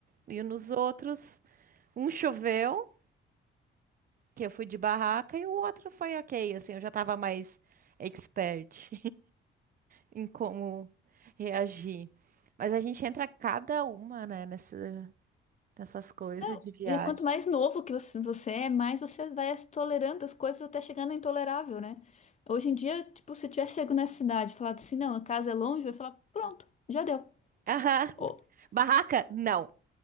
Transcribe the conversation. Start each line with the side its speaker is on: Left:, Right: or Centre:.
Right: E nos outros, um choveu, que eu fui de barraca e o outro foi ok, assim, eu já tava mais expert em como reagir. Mas a gente entra cada uma, né, nessa, nessas coisas
Left: Não,
Right: de viagem.
Left: E é quanto mais novo que você você é, mais você vai se tolerando as coisas até chegar no intolerável, né? Hoje em dia, tipo, se eu tivesse chego nessa cidade e falado assim, não, a casa é longe, eu ia falar, pronto, já deu.
Right: Aham.
Left: Ou
Right: Barraca? Não.